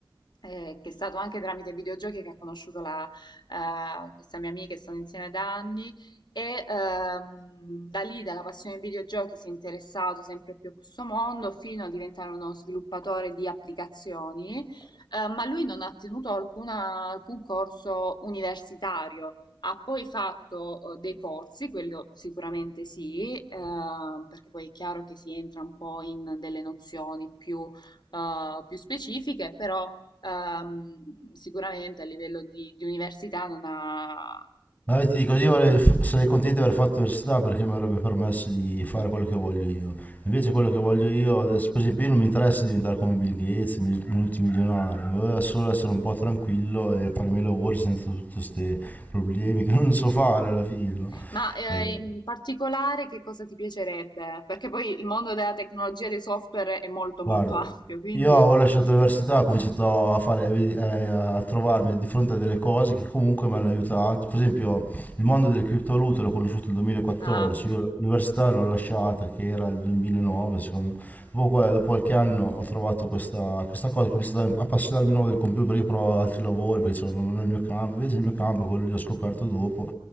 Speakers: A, on the left; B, on the left.
A: eh, che è stato anche tramite i videogiochi che ha conosciuto la, eh, questa mia amica che stanno insieme da anni e ehm, da lì, dalla passione ai videogiochi, si è interessato sempre più a questo mondo fino a diventare uno sviluppatore di applicazioni, eh, ma lui non ha tenuto alcuna- alcun corso universitario. Ha poi fatto eh, dei corsi, quello sicuramente sì, eh, perché poi è chiaro che si entra un po' in delle nozioni più, eh, più specifiche, però ehm, sicuramente a livello di, di università non ha...
B: Ma io ti dico, io avrei- sarei contento di aver fatto l'università perché mi avrebbe permesso di fare quello che voglio io. Invece quello che voglio io adesso, per esempio, io non mi interessa diventare come Bill Gates, mil- multimilionario, mi voglio solo essere un po' tranquillo e fare i miei lavori senza tutti questi problemi che non so fare alla fine, no?
A: Ma eh,
B: Eh,
A: in particolare che cosa ti piacerebbe? Perché poi il mondo della tecnologia e dei software è molto
B: Guarda,
A: molto ampio, quindi...
B: io avevo lasciato l'università, ho cominciato a fare, eh, a trovarmi di fronte a delle cose che comunque mi hanno aiutato. Per esempio, il mondo delle criptovalute l'ho conosciuto nel 2014,
A: Ah, ok.
B: io l'università l'ho lasciata, che era il 2009, secondo me. Dopo, que- dopo qualche anno ho trovato questa, questa cosa, ho cominciato a appassionarmi di nuovo del computer perché provavo altri lavori, perché insomma non è il mio campo, invece il mio campo è quello che ho scoperto dopo